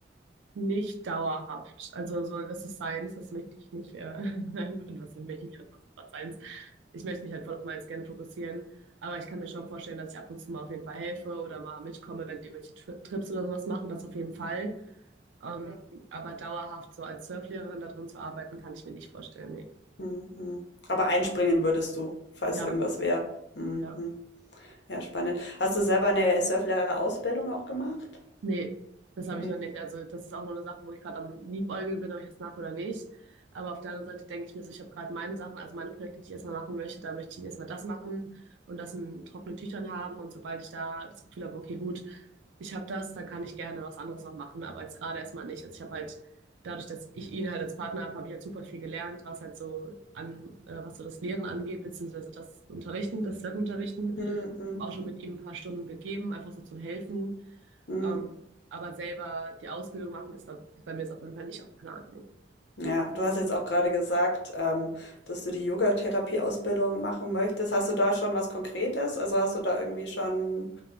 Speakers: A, on the right; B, on the left.
A: nicht dauerhaft. Also so, das ist Science, das möchte ich nicht, äh, <laughs> und was möchte ich nicht, was Science. Ich möchte mich halt voll auf meins gerne fokussieren, aber ich kann mir schon vorstellen, dass ich ab und zu mal auf jeden Fall helfe oder mal mitkomme, wenn die irgendwelche Tri Trips oder sowas machen, das auf jeden Fall. Ähm, aber dauerhaft so als Surflehrerin da drin zu arbeiten, kann ich mir nicht vorstellen, nee.
B: Mhm, mhm. Aber einspringen würdest du, falls
A: Ja,
B: irgendwas wäre. Mhm.
A: ja.
B: mhm. Ja, spannend. Hast du selber eine Surflehrer-Ausbildung auch gemacht?
A: Nee, das habe
B: Nee.
A: ich noch nicht. Also das ist auch nur eine Sache, wo ich gerade am Liebäugeln bin, ob ich das mache oder nicht. Aber auf der anderen Seite denke ich mir so, ich habe gerade meine Sachen, also meine Projekte, die ich erstmal machen möchte, da möchte ich erstmal das machen und das in trockenen Tüchern haben. Und sobald ich da das Gefühl habe, okay, gut, ich habe das, dann kann ich gerne was anderes noch machen. Aber jetzt gerade erstmal nicht. Also ich habe halt, dadurch, dass ich ihn halt als Partner habe, habe ich halt super viel gelernt, was halt so an, äh, was so das Lehren angeht, beziehungsweise das Unterrichten, das Self-Unterrichten,
B: Mhm.
A: auch schon mit ihm ein paar Stunden gegeben, einfach so zum Helfen.
B: mhm.
A: Ähm, aber selber die Ausbildung machen ist da- bei mir ist auf jeden Fall nicht auf dem Plan. Nee,
B: Ja, du hast jetzt auch gerade gesagt, ähm, dass du die Yogatherapie-Ausbildung machen möchtest. Hast du da schon was Konkretes? Also hast du da irgendwie schon